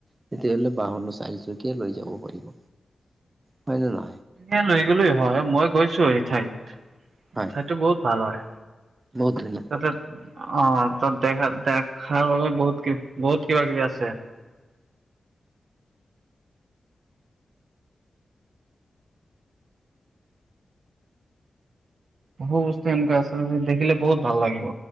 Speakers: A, on the right; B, on the right.
A: তেতিয়াহলে বাহনো চাৰিচকীয়া লৈ যাব পাৰিব। হয় জানো?
B: এ লৈ গ'লে হয়, মই গৈছো সেই ঠাইত।
A: হয়।
B: সেইটো বহুত ভাল হয়।
A: বহুত ধুনীয়া
B: অ তাত দেখা দেখাৰ বাবে বহুত কি বহুত কিবা কিবি আছে, বহু বস্তু এনেকোৱা আছে যে দেখিলে বহুত ভাল লাগিব।